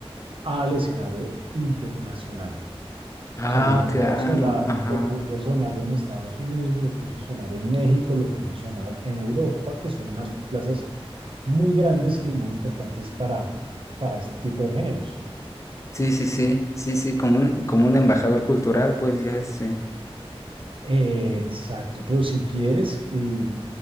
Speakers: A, on the right; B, on the left.
A: al escenario internacional. O
B: Ah,
A: sea, lo puso
B: claro,
A: a sonar,
B: ajá.
A: lo puso a sonar en Estados Unidos, lo puso a sonar en México, lo puso a sonar en Europa, que son unas plazas muy grandes y muy importantes para, para este tipo de géneros.
B: Sí, sí, sí, sí, sí, como un, como un embajador cultural, pues ya este.
A: Eh, exacto, pero si quieres, eh,